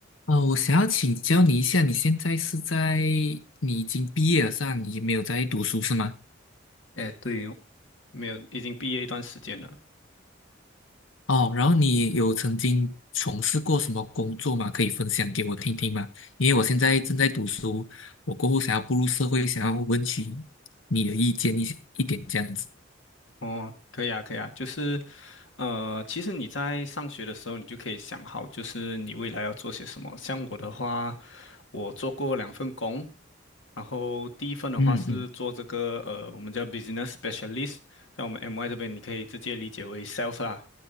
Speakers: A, on the left; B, on the left.
A: 哦，我想要请教你一下，你现在是在，你已经毕业了是吧？你没有在读书是吗？
B: 哎，对，没有，已经毕业一段时间了。
A: 哦，然后你有曾经从事过什么工作吗？可以分享给我听听吗？因为我现在正在读书，我过后想要步入社会，想要问起你的意见一些一点这样子。
B: 哦，可以啊，可以啊，就是，呃，其实你在上学的时候，你就可以想好，就是你未来要做些什么。像我的话，我做过两份工，然后第一份的话是做这个，
A: 嗯嗯
B: 呃，我们叫 business specialist，在我们 MY 这边，你可以直接理解为 sales 啦。